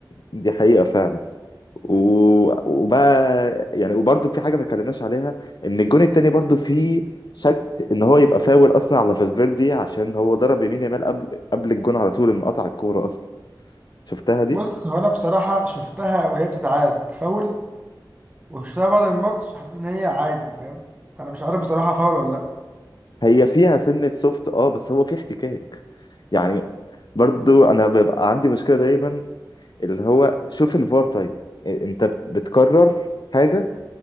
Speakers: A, on the left (about 60°); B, on the right (about 20°).
A: دي حقيقه فعلا و... وبقى يعني وبرده في حاجه ما اتكلمناش عليها ان الجون التاني برده فيه شك ان هو يبقى فاول اصلا على فالفيردي عشان هو ضرب يمين يامال قبل قبل الجون على طول لما قطع الكوره اصلا شفتها دي
B: بص هو انا بصراحه شفتها وهي بتتعاد فاول وشفتها بعد الماتش حسيت ان هي عادي فاهم انا مش عارف بصراحه فاول ولا لا
A: هي فيها سنة سوفت اه بس هو فيه احتكاك يعني برضو انا ببقى عندي مشكلة دايما اللي هو شوف الفار طيب انت بتكرر حاجة